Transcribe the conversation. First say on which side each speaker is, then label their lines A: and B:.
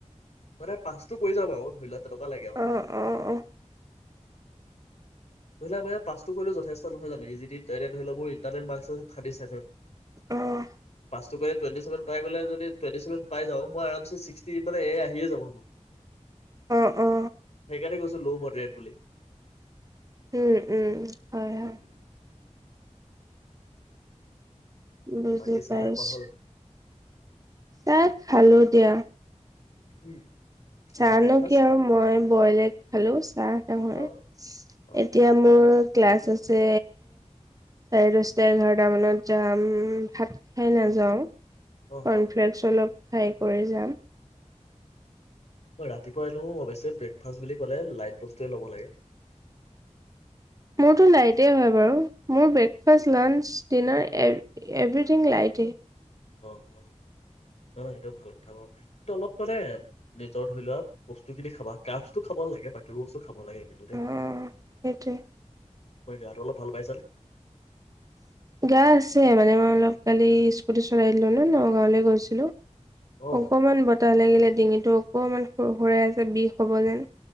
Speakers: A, on the left; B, on the right.
A: মানে পাচটো কৰি যাম আৰু ধৰি লোৱা এটকা লাগে আৰু
B: অ', অ', অ',
A: ধৰি লোৱা মই আৰু পাছটো কৰিলো যথেষ্ট নহয় জানে ইজিলি পেৰেন ধৰি লওক মোৰ ইনটাৰেল মাৰ্ক্স আছে থাৰ্টি চেভেন
B: আহ
A: পাছটো কৰি টুৱেণ্টি চেভেন পাই পেলাই যদি টুৱেণ্টি চেভেন পাই যাও মই আৰাম ছে ছিক্সটি মানে এ আহিয়ে যাব মোৰ
B: অ অ
A: সেইকাৰণে গৈছো ল' মডৰেট বুলি
B: উম উম হয়
A: উম
B: হয়
A: উম উম।
B: বুজি
A: বাকী
B: পাইছো
A: চাহ তাহ খোৱা হ'ল
B: চাহ খালো দিয়া
A: উম তাৰপৰা
B: চাহ
A: ব্ৰেকফাষ্ট
B: ন কি আৰু মই বইল এগ খালো চাহ নহয়
A: অ অ
B: এতিয়া
A: অ
B: মোৰ ক্লাছ আছে চাৰে দছটা এঘাৰটা মানত যাম সাত খাই নাযাওঁ
A: অ অ
B: কনফ্লেকছ অলপ খাই কৰি যাম
A: ৰাতিপুৱা এনেও বেছি ব্ৰেকফাষ্ট বুলি ক'লে লাইত বস্তুয়ে লৱ লাগে
B: মোৰতো লাইটে হয় বাৰু মোৰ ব্ৰেকফাষ্ট লাঞ্চ ডিনাৰ এভ এভৰিথিং লাইটে
A: অ অ নহয় এইটো ভাল কথা বাৰু কিন্তু অলপ মানে নিজৰ ধৰি লোৱা বস্তু খিনি খাবা কাপছটো খাব লাগে বাকীবোৰ বস্তু খাব লাগে কিন্তু দেই
B: অ', সেইটোৱে।
A: তোমাৰ গাটো অলপ ভাল পাইছা নে?
B: গা আছে মানে মই অলপ কালি স্কুটি চলাই দিলো মানে নগাঁৱলে গৈছিলো
A: অ
B: অকণমান বতাহ লাগিলে ডিঙিতটো অকণমান সুৰ সুৰাই আছে বিষ হব যেন